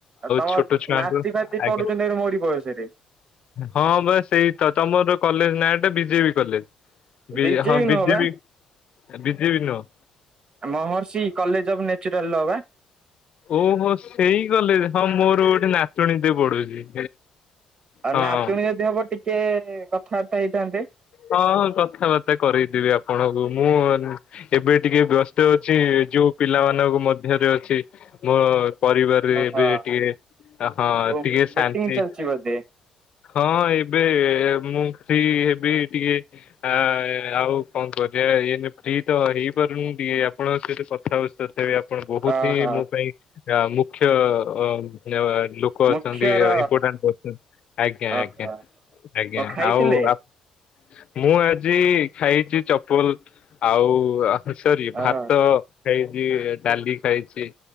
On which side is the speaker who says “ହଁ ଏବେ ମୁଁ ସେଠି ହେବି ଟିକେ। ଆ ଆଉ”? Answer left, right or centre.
Left